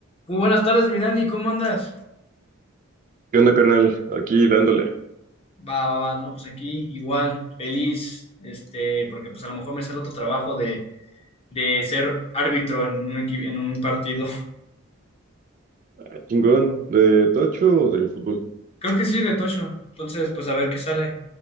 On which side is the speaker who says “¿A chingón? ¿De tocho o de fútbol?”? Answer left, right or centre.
Right